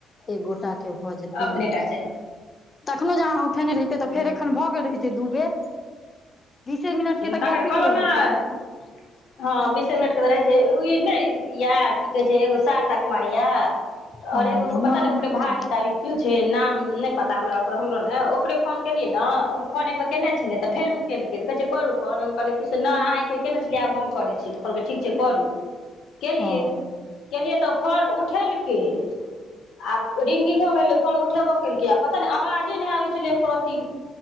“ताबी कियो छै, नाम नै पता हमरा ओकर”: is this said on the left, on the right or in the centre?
Left